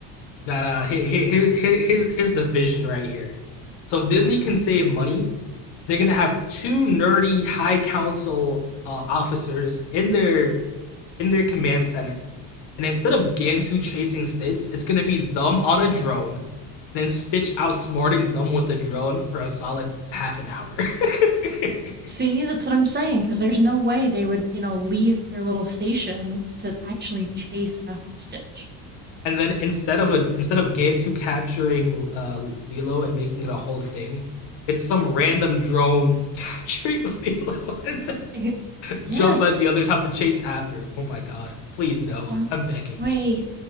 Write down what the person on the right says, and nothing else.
Yes.
See, that's what I'm saying, because there's no way they would, you know, leave their little stations to actually chase after Stitch.
I- yes.
Um,
wait.